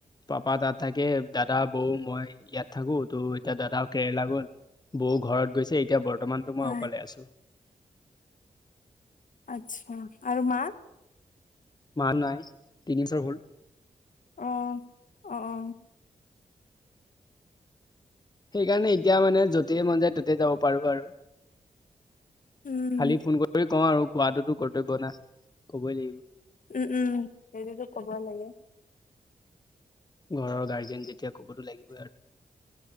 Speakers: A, on the left; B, on the left.
A: পাপা তাত তাকে দাদা বৌ মই ইয়াত থাকো, তো এতিয়া দাদাও কেৰেলা গ'ল বৌ ঘৰত গৈছে, এতিয়া বৰ্তমানতো মই
B: অ
A: অকলে আছো।
B: আচ্ছা আৰু মা?
A: মা নাই, তিনিবছৰ হ'ল।
B: অহ, অ অ।
A: সেইকাৰণে এতিয়া মানে যতেই মন যায় ততেই যাব পাৰো আৰু
B: উম
A: খালি ফোন কৰি কওঁ আৰু কোৱাটোতো কৰ্তব্য না কবই লাগিব
B: উম উম, সেইটোটো ক'বই লাগে
A: ঘৰৰ গাৰ্জেন যেতিয়া কবতো লাগিবই আৰু